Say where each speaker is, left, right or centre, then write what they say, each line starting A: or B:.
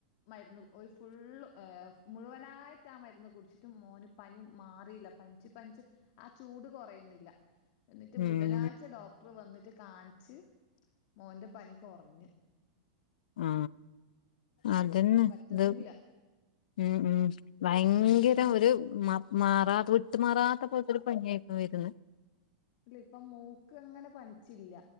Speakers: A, on the left; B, on the left.
A: മരുന്ന് ഒരു ഫുൾ എ മുഴുവനായിട്ട് അ മരുന്ന് കുടിച്ചിട്ടും മോന് പനി മാറിയില പനിച്ച് പനിച്ച് ആ ചൂട് കുറയുന്നില്ല. എന്നിട്ട്
B: ഉം
A: ബുധനാഴ്ച ഡോക്ടറ് വന്നിട്ട് കാണിച്ച് മോന്റെ പനി കൊറഞ്
B: ആ... അതന്നെ
A: പറ്റുന്നില്ല
B: ഇത് ഉം ഉം ഭയങ്കര ഒരു മത് മാറാതെ വിട്ട്മാറാത്ത പോലത്തൊരു പനിയായിരുന്നു വരുന്നേ...
A: ഇല്ല ഇപ്പൊ മോക്കങ്ങനെ പനിച്ചില്ല്യ